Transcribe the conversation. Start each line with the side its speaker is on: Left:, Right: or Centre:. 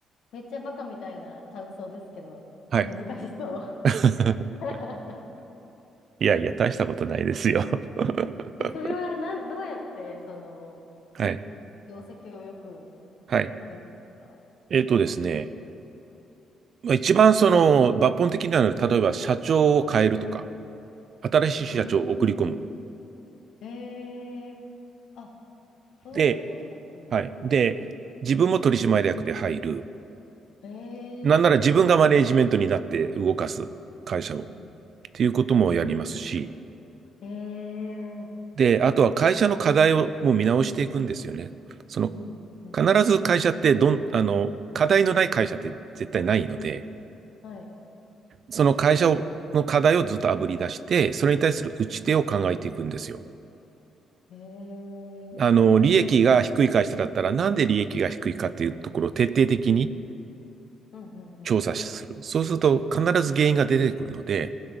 Left: めっちゃバカみたいな感想ですけど、
Right: はい。
Left: 難しそう。
Right: <laughs>
Left: <laughs>
Right: いやいや、大したことないですよ。<laughs>
Left: え、それはなん、どうやって、その、
Right: はい。
Left: 業績を良く
Right: はい。
Left: するんですか
Right: えっとですね。まあ一番その抜本的なのは、例えば社長を変えるとか、新しい社長を送り込む。
Left: うーん。ええあ、そういうこともするんだ。
Right: で、はい。で、自分も取締役で入る。
Left: ええ
Right: なんなら自分がマネージメントになって動かす会社を。
Left: うんうんうん。
Right: っていうこともやりますし。
Left: ええ
Right: で、あとは会社の課題をもう見直していくんですよね。その、
Left: うんうんうん。
Right: 必ず会社ってどん、あの、課題のない会社って絶対ないので、
Left: はい
Right: その会社をの課題をずっと炙り出して、それに対する打ち手を考えていくんですよ。
Left: へえ、うん
Right: あの、利益が低い会社だったら、なんで利益が低いかっていうところを徹底的に
Left: うんうんうん。
Right: 調査する。そうすると必ず原因が出てくるので、